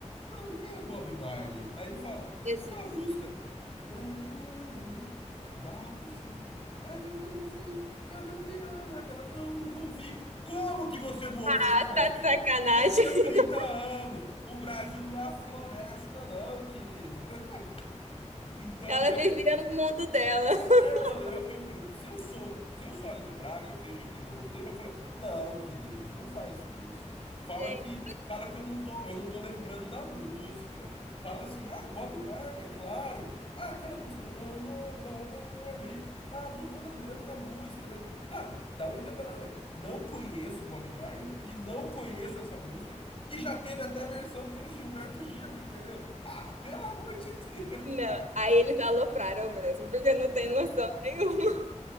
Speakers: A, on the left; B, on the right.
A: não, quem é Bob Marley? Aí ele fala,
B: Jesus.
A: aquela música. Don't worry about the thing. Everything gonna be alright. Ela, não, nunca ouvi. Como que você não ouviu,
B: Ah,
A: minha
B: tá de
A: filha?
B: sacanagem.
A: Você tinha
B: <laughs>
A: 30 anos. O Brasil não é a floresta, não, querida. <laughs> Então,
B: Ela vivia no mundo dela. <laughs>
A: é, mano, eu, eu, se eu sou, se eu sou a Aline Braga, eu vejo aquilo no roteiro, eu falo, não, queridos, não faz isso. Fala
B: Gente.
A: que, fala que eu não tô, eu não tô lembrando da música. Fala assim, ah, Bob Marley, claro. Ah, aquela música, don't, don't, don't don't worry. Ah, não tô lembrando da música, mas, sabe, dá uma engabelada, mas não conheço Bob Marley e não conheço essa música, que já teve até versão pelo Gilberto Gil, entendeu? Ah, pelo amor de Deus,
B: Não,
A: cara.
B: aí eles alopraram mesmo, porque não tem
A: É,
B: noção nenhuma.